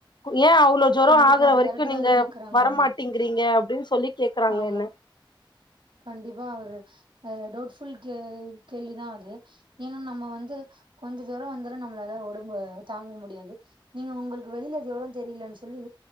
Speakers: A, on the left (about 60°); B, on the right (about 75°).
A: ஏ அவ்ளோ ஜொரோ
B: கண்டிப்பா
A: ஆகுற
B: அது
A: வரைக்கு
B: கரெக்ட்
A: நீங்க
B: தானே கேக்குறாங்க
A: வரமாட்டிங்கிறீங்க
B: அவங்க
A: அப்டின் சொல்லி கேக்குறாங்க
B: ஆமா
A: என்ன
B: கண்டிப்பா அவரு அ டவுட் ஃபுல் கே கேள்வி தா அது ஏனா நம்ம வந்து கொஞ்சோ ஜொரோ வந்தாலு நம்மளால ஒடம்பு தாங்க முடியாது நீங்க உங்களுக்கு வெளியில ஜொரோ தெரியலன் சொல்லி